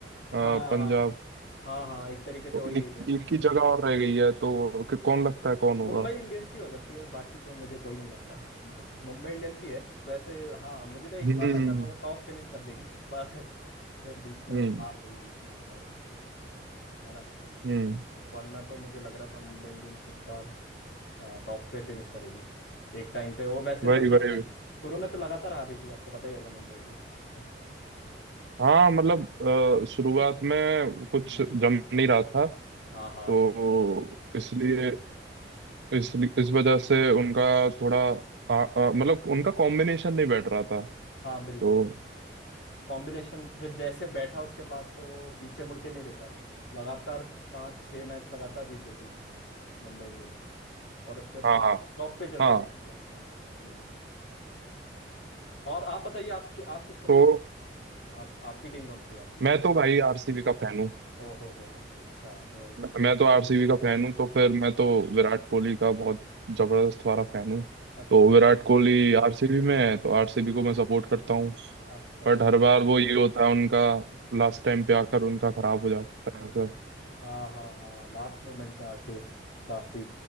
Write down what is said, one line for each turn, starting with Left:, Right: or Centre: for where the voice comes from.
Left: हाँ
Right: पंजाब
Left: हाँ हाँ हाँ एक तरीके से
Right: तो
Left: हो ही गई
Right: एक
Left: है
Right: एक की जगह और रह गई है तो कि कौन लगता है कौन होगा
Left: मुंबई इंडियंस ही हो सकती है बाकी तो मुझे कोई नहीं लगता ब- मुंबई इंडियंस ही है वैसे हाँ मुझे तो एक
Right: हम्म
Left: बार लग रहा था वो टॉप फिनिश कर देगी पर <laughs> फिर बीच में
Right: हम्म
Left: वो हार गई बीच में एक मैच है ना
Right: हम्म
Left: वरना तो मुझे लग रहा था मुंबई इंडियंस इस बार अ, टॉप पे फिनिश करेगी एक टाइम पे वो वैसे
Right: वही
Left: तो शुरू
Right: वही
Left: में शुरू में तो लगातार हार रही थी आपको पता ही होगा मुंबई इंडियंस <laughs>
Right: हाँ मतलब अ, शुरुआत में कुछ
Left: हम्म
Right: जम
Left: हम्म,
Right: नहीं रहा था
Left: हाँ
Right: तो
Left: हाँ
Right: इसलिए इस इस वजह से उनका थोड़ा अ, अ, मतलब उनका कॉम्बिनेशन नहीं बैठ रहा था
Left: हाँ
Right: तो
Left: बिल्कुल कॉम्बिनेशन फिर जैसे बैठा उसके बाद तो वो पीछे मुड़ के नहीं देखा लगातार पांच छह मैच लगातार जीत गई थी मुंबई इंडियंस और उसके टॉप
Right: हाँ हाँ
Left: टॉप पे चल
Right: हाँ
Left: रही थी इस बार तो हम्म और आप बताइए आप कि, आप किसको सपोर्ट
Right: तो
Left: करते हैं आप आपकी टीम कौन सी है आपकी फिर
Right: मैं तो भाई आरसीबी का फैन हूँ
Left: ओ हो हो हो, अच्छा वही
Right: मैं मैं
Left: आप
Right: तो आरसीबी का फैन हूँ तो फिर मैं तो विराट कोहली का बहुत जबरदस्त वाला फैन हूँ
Left: अच्छा
Right: तो विराट कोहली आरसीबी में है तो आरसीबी को मैं सपोर्ट करता हूँ
Left: अच्छा अच्छा
Right: बट हर बार वो ये होता है उनका लास्ट टाइम पे आकर उनका खराब हो जाता है फिर
Left: हाँ हाँ हाँ लास्ट मोमेंट में आके काफी